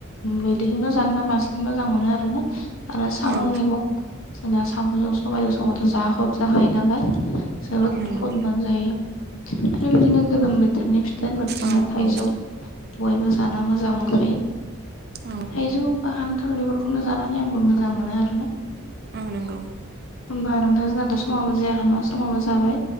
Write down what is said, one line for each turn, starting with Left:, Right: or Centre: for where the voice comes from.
Left: मोदैखौनो जाना बांसिन मोजां मोनो आरोना आरो साम'
Right: औ
Left: मैगं जोंना साम'जों सबाइजों संबाथ' जा खद जाखायो नालाय जोबोद
Right: औ नंगौ
Left: खद मोनजायो। आरो बिदिनो गोलोमबो फिथोरनि फिथाइ होनबाथ बिदिनो
Right: औ
Left: थाइजौ
Right: औ
Left: बयबो जाना मोजां मोनखायो।
Right: औ
Left: थायजौ बा खान्थाल बेफोरखौ नो‌ जानानै आंबो मोजां मोनो आरोना
Right: औ नंगौ
Left: होमबा नोंथां जाथसिगोन। समाबबो जायाखै नङा समावबो जाबाय